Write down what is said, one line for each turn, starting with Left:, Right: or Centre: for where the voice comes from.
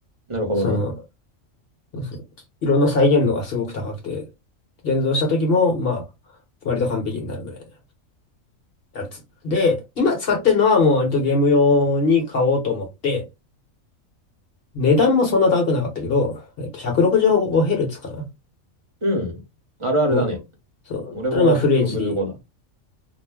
Right: なるほどね。
Left: その、そうそう色の再現度がすごく高くて、現像した時も、まあ、割と完璧になるぐらいのやつ。で、今使ってるのはもう割とゲーム用に買おうと思って、値段もそんな高くなかったけど、えっと、165Hz かな
Right: うん。あるあるだね。
Left: の、そう。
Right: 俺も165だ。
Left: ただまあ、フル HD